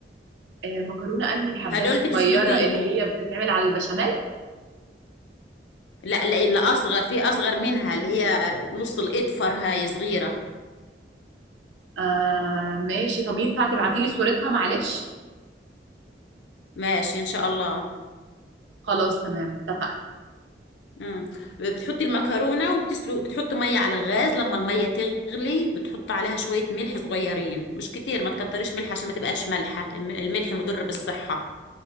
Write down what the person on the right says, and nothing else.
آه مكرونه انهي الحبايه
الصغيره
اللي هي بتتعمل على البشاميل
آه ماشي طب ينفع تبعتي لي صورتها معلش
خلاص تمام اتفقنا